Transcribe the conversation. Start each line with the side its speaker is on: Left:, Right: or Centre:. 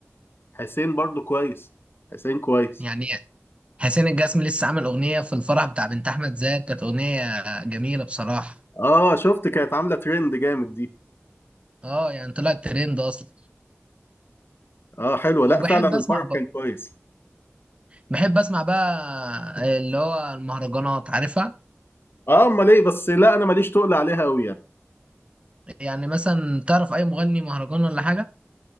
Left: حسين برضو كويس حسين كويس
Right: يعني حسين الجسمي لسه عامل اغنيه في الفرح بتاع بنت احمد زاهر كانت اغنيه جميله بصراحه
Left: اه شفت كانت عامله ترند جامد دي
Right: اه يعني طلعت ترند اصلا
Left: اه حلوه لا
Right: وبحب
Left: فعلا الفرح
Right: اسمع بقى
Left: كان كويس
Right: بحب اسمع بقى اللي هو المهرجانات عارفها
Left: اه امال ايه بس لا انا ماليش تقل عليها قوي يعني.
Right: يعني مثلا تعرف اي مغني مهرجان ولا حاجه